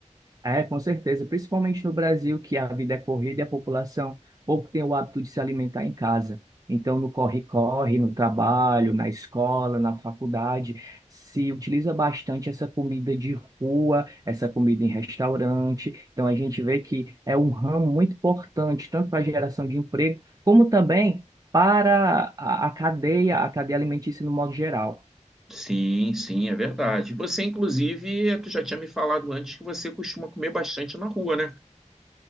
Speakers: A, on the right; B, in the centre.
A: É, com certeza, principalmente no Brasil, que a vida é corrida e a população pouco tem o hábito de se alimentar em casa. Então, no corre-corre, no trabalho, na escola, na faculdade, se utiliza bastante essa comida de rua, essa comida em restaurante. Então, a gente vê que é um ramo muito importante, tanto para a geração de emprego, como também para a a cadeia, a cadeia alimentícia no modo geral.
B: Sim, sim, é verdade. Você, inclusive, tu já tinha me falado antes que você costuma comer bastante na rua, né?